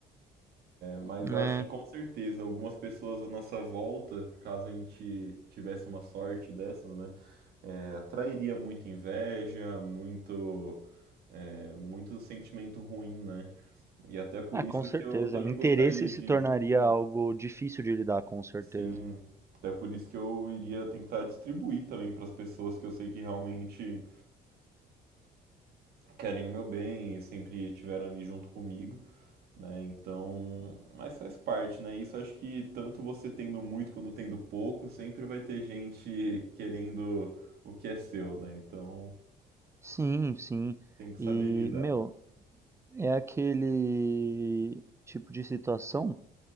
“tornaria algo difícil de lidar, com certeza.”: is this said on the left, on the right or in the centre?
Right